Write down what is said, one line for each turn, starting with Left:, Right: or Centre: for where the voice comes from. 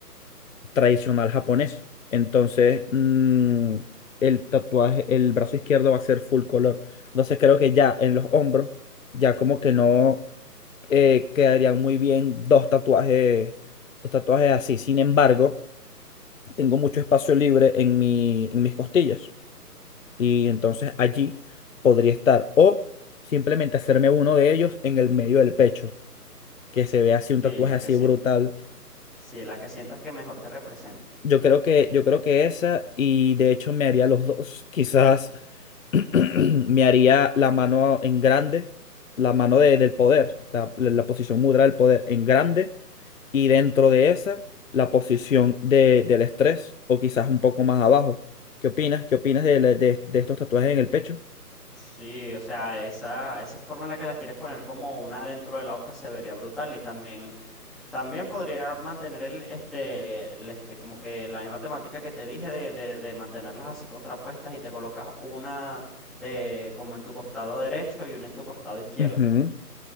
Left: tradicional japonés. Entonces, mm, el tatuaje, el brazo izquierdo va a ser full color. Entonces, creo que ya en los hombros, ya como que no eh, quedarían muy bien dos tatuajes, dos tatuajes así. Sin embargo, tengo mucho espacio libre en mi, en mis costillas. Y entonces allí podría estar. O simplemente hacerme uno de ellos en el medio del pecho. Que se vea así un
Centre: Sí,
Left: tatuaje
Centre: la
Left: así
Centre: que sient-
Left: brutal
Centre: sí, la que sientas que mejor te represente.
Left: Yo creo que, yo creo que esa, y de hecho me haría los dos. Quizás <clears throat> me haría la mano en grande, la mano de- del poder, la, la- la posición mudra del poder en grande, y dentro de esa, la posición de- del estrés, o quizás un poco más abajo. ¿Qué opinas? ¿Qué opinas de, la- de- de estos tatuajes en el pecho?
Centre: Sí, o sea, esa, esa forma en la que las quieres poner como una dentro de la otra se vería brutal y también, también podría mantener el, este, el, este, como que la misma temática que te dije de, de, de mantenerlas así contrapuestas y te colocas una de como en tu costado derecho y una en tu costado izquierdo.
Left: Ujú,